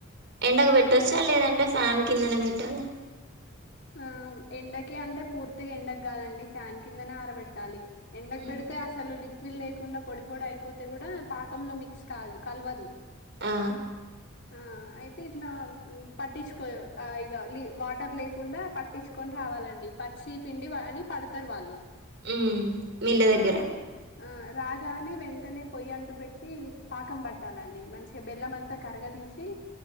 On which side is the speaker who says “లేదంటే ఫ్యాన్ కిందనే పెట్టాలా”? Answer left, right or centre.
Right